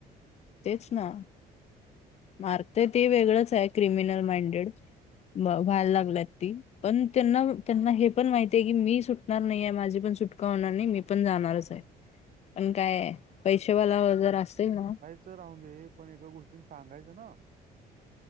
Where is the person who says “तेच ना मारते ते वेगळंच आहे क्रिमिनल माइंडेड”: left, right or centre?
Left